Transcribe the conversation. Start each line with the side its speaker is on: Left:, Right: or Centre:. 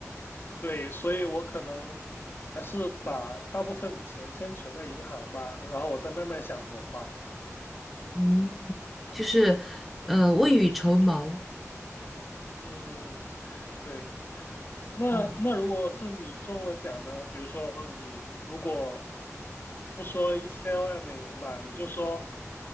Left: 对，所以我可能还是把大部分钱先存在银行吧，然后我再慢慢想怎么花。
Centre: 嗯，
Left: 嗯。
Centre: 就是呃未雨绸缪
Left: 对。嗯，对。那那如果是你中了奖呢？
Centre: 哦。
Left: 比如说你如果不说一千万美元吧，你就说